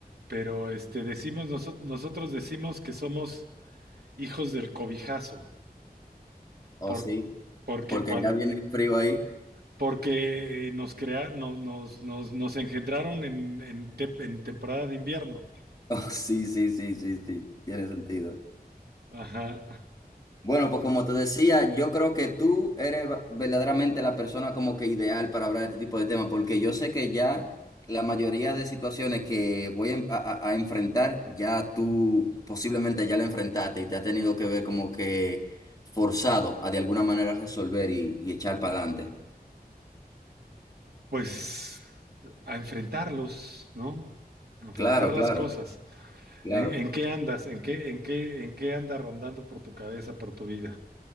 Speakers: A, on the right (about 75°); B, on the left (about 25°).
A: pero este, decimos, noso- nosotros decimos que somos hijos del cobijazo,
B: oh
A: por-
B: sí,
A: porque
B: porque
A: cuando,
B: ya viene el frío ahí. <laughs>
A: porque nos crea, no- nos, nos, nos engendraron en, en te- en temporada de invierno.
B: Oh, sí, sí, sí, sí, sí, tiene sentido.
A: Ajá.
B: Bueno, pues como te decía, yo creo que tú eres va- verdaderamente la persona como que ideal para hablar de este tipo de temas, porque yo sé que ya la mayoría de situaciones que voy a, en- a- a- a enfrentar, ya tú posiblemente ya la enfrentaste y te ha tenido que ver como que forzado a de alguna manera resolver y, y echar para adelante.
A: Pues a enfrentarlos, ¿no? A enfrentar
B: Claro,
A: las
B: claro,
A: cosas.
B: claro.
A: ¿En, en qué andas? ¿En qué, en qué, en qué anda rondando por tu cabeza, por tu vida?